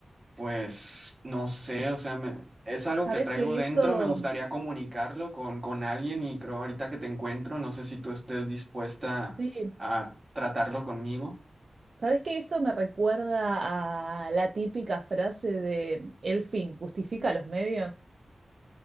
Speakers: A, on the right; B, on the right.
A: pues no sé, o sea, me- es algo
B: ¿Sabes
A: que traigo
B: que
A: dentro,
B: eso,
A: me gustaría comunicarlo con, con alguien y creo ahorita que te encuentro, no sé si tú estés dispuesta
B: sí,
A: a tratarlo conmigo.
B: sabes que eso me recuerda a la típica frase de el fin justifica los medios?